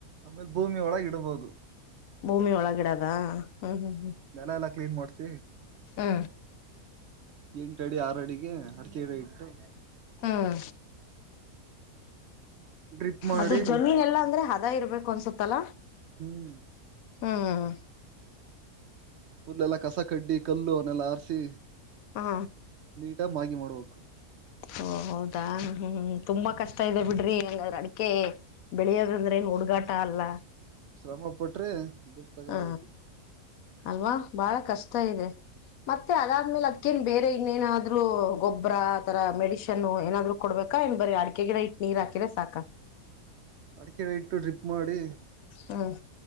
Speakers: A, on the right; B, on the left.
A: ಆಮೇಲೆ ಭೂಮಿಯ ಒಳಗ ಇಡಬಹುದು
B: ಭೂಮಿ ಒಳಗಿಡದ ಹ್ಮ ಹ್ಮ ಹ್ಮ
A: ನೆಲ ಎಲ್ಲಾ ಕ್ಲೀನ್ ಮಾಡ್ಸ
B: ಹಾ
A: ಎಂಟು ಅಡಿ ಆರ ಅಡಿಗೆ ಅಡಿಕೆಡೆ ಇಟ್ಟು
B: ಹ್ಮ
A: ಡ್ರಿಪ್ ಮಾಡಿ
B: ಅದು ಜಮೀನ್ ಎಲ್ಲಾ ಅಂದ್ರೆ <unintelligible> ಇರ್ಬೇಕು ಅನ್ಸುತ್ತಲ್ಲಾ
A: ಹ್ಮ್
B: ಹ್ಮ್
A: ಫುಲ್ಲೆಲ್ಲಾ ಕಸ ಕಡ್ಡಿ ಕಲ್ಲು ಅವನ್ನೆಲ್ಲ ಹಾರ್ಸಿ
B: ಹಾ
A: ನೀಟಾಗಿ ಮಾಗಿ ಮಾಡ್ಬೇಕು
B: ಓ ಹೌದಾ ಹ್ಮ್ ತುಂಬಾ ಕಷ್ಟ ಇದೆ ಬಿಡ್ರಿ ಹೆಂಗ ಅಡಿಕೆ ಬೆಳೆಯೋದಂದ್ರೆ ಏನ್ ಹುಡುಗಾಟ ಅಲ್ಲ
A: ಶ್ರಮ ಪಟ್ರೆ ದುಡ್ಡು ತಗೋಬೋದು
B: ಹ ಅಲ್ವಾ ಬಾಳ ಕಷ್ಟ ಇದೆ ಮತ್ತೆ ಅದಾದ್ಮೇಲೆ ಅದ ಅಕ್ಕೇನ್ ಬೇರೆ ಇನ್ನೇನಾದ್ರು ಗೊಬ್ಬರ ಆ ತರ ಮೆಡಿಶನ್ ಏನಾದ್ರು ಕೊಡ್ಬೇಕಾ ಏನ್ ಬರ ಅಡಕ ಗಿಡ ಇಟ್ ನೀರ್ ಹಾಕಿರ ಸಾಕ ಕೇಳ್
A: ಅಡಕೆಡೆ ಇಟ್ಟು ಟ್ರಿಪ್ ಮಾಡಿ
B: ಹ್ಮ್